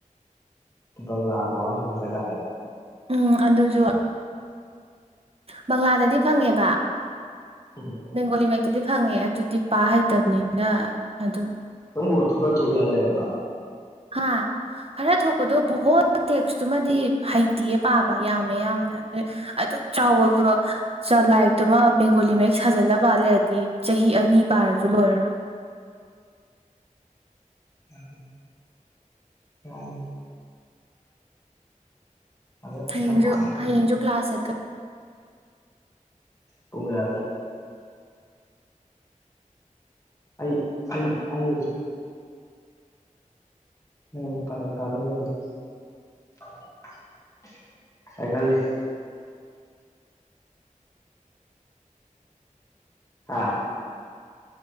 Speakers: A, on the left; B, on the right.
A: ꯄꯂꯥ ꯄꯥꯕ ꯍꯕꯗ ꯀꯥꯇꯦ
B: ꯎꯝ ꯑꯗꯨꯁꯨ ꯕꯪꯂꯥꯗꯗꯤ ꯐꯪꯉꯦꯕ
A: ꯎꯝ
B: ꯕꯦꯡꯒꯣꯂꯤ ꯃꯩꯩ ꯑꯗꯨꯗꯤ ꯐꯪꯉꯦ ꯑꯗꯨꯗꯤ ꯄꯥ ꯍꯩꯇꯕꯅꯤꯅ ꯑꯗꯨꯝ
A: ꯊꯣꯛ ꯊꯣꯛ ꯌꯥꯕ
B: ꯍꯥ ꯈꯔ ꯊꯣꯛꯄꯗꯣ ꯇꯦꯛꯁꯇꯨꯃꯗꯤ ꯍꯩꯇꯤꯌꯦ ꯄꯥꯕ ꯌꯥꯝꯃꯦ ꯌꯥꯝꯅ ꯑꯗ ꯑꯗꯨꯛ ꯆꯥꯎꯕ ꯂꯥꯏꯔꯤꯛꯇꯨꯃ ꯕꯦꯡꯒꯣꯂꯤ ꯃꯍꯦꯛ ꯁꯥꯖꯜꯂꯕꯠ ꯂꯩꯔꯗꯤ ꯆꯍꯤ ꯆꯍꯤ ꯑꯅꯤ ꯄꯥꯔꯁꯨ ꯂꯣꯏꯔꯔꯣꯏ
A: ꯌꯥ ꯌꯥ ꯐꯖꯅ
B: <unintelligible>
A: ꯀꯟꯅ ꯄꯥꯔ ꯇꯧꯔꯤ ꯄꯨꯒꯌꯥꯗ ꯑꯩ ꯑꯩ ꯎ ꯄꯔ ꯀꯥꯗ ꯑꯣꯏꯗꯤ <unintelligible> ꯑꯥ